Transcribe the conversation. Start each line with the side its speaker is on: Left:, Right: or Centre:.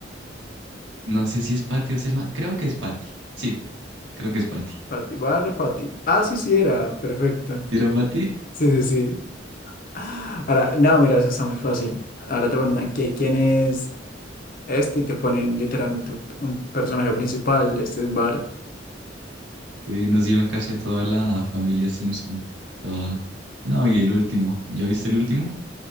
Right: no sé si es Patty o Selma. Creo que es Patty. Sí, creo que es Patty.
Left: Patty, voy a darle Patty. Ah, sí, sí, era. Perfecto.
Right: ¿Sí era Patty?
Left: Sí, sí, sí. Ahora, no, mira, eso está muy fácil. Ahora te preguntan, ¿qué- ¿quién es? este y te ponen literalmente un, un personaje principal, este es Bart.
Right: Sí, nos dieron casi a toda la familia Simpson. Estaba... No, y el último. ¿Ya viste el último?